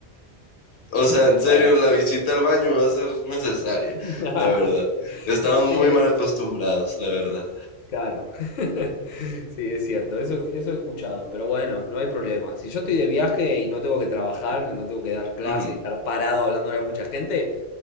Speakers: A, on the left; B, on the left.
A: O sea, en serio,
B: Bueno,
A: la visita al baño va a ser necesaria,
B: <laughs>
A: la verdad. Estamos
B: está
A: muy
B: bien.
A: mal acostumbrados, la verdad.
B: Claro. <laughs> Sí, es cierto, eso, eso he escuchado, pero bueno, no hay problema. Si yo estoy de viaje y no tengo que trabajar, no tengo que dar clase
A: Ujú.
B: y estar parado hablándole a mucha gente,